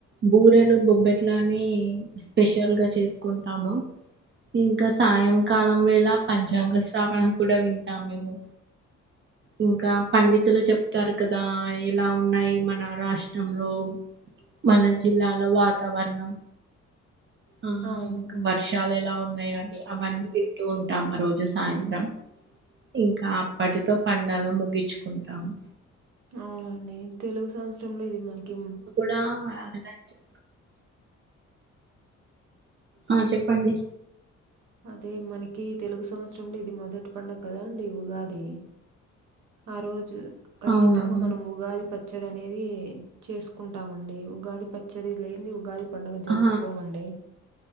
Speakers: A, on the right; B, on the right.
A: బూరెలు బొబ్బెట్లని స్పెషల్ గా చేసుకుంటాము ఇంకా సాయంకాలం వేళ పంచాంగ శ్రావణం కూడా వింటాం మేము ఇంకా పండితులు చెప్తారు కదా ఎలా ఉన్నాయి మన రాష్ట్రంలో మన జిల్లాలో వాతావరణం ఆ
B: అవును
A: ఇంకా వర్షాలు ఎలా ఉన్నాయి అవి అవన్నీ వింటూ ఉంటాం ఆ రోజు సాయంత్రం ఇంకా అప్పటితో పండగ ముగించుకుంటాము
B: అవునండి నేను తెలుగు సంవత్సరంలో ఇది మనకి
A: చా ఆ చెప్పండి
B: అదే మనకి తెలుగు సంవత్సరంలో ఇది మొదటి పండగ కదా అండి ఉగాది ఆ రోజు ఖచ్చితంగా
A: అవునవును
B: మనం ఉగాది ప పచ్చడి అనేది చేసుకుంటామండి ఉగాది పచ్చడి లేనిది ఉగాది పండుగ జరుపుకోమండి
A: ఆ